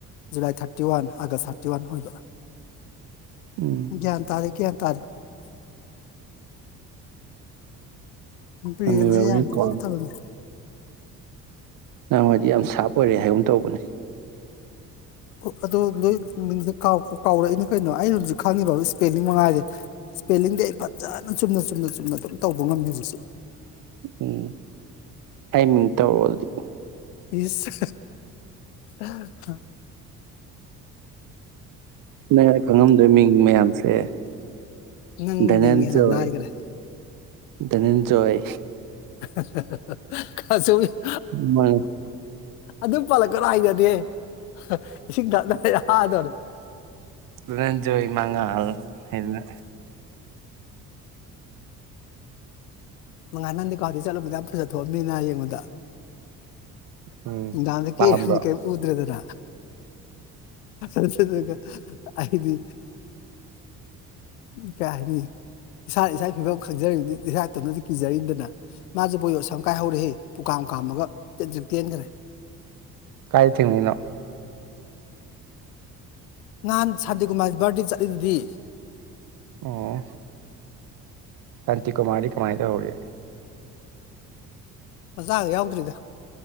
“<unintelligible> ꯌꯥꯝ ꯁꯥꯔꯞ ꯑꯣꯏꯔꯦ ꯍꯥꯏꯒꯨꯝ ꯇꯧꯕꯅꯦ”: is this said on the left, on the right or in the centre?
Right